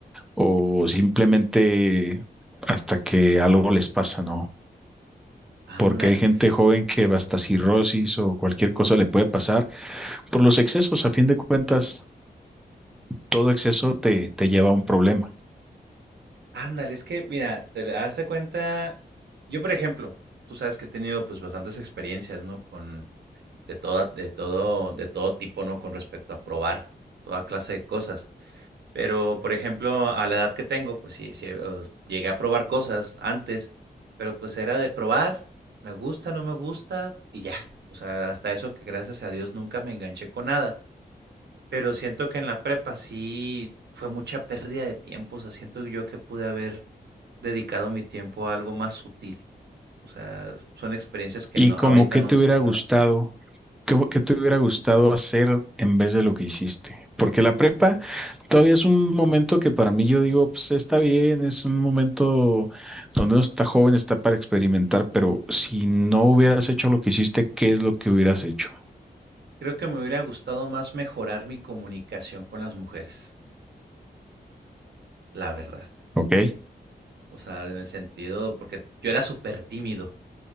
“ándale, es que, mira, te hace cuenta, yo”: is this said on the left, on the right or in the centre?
Right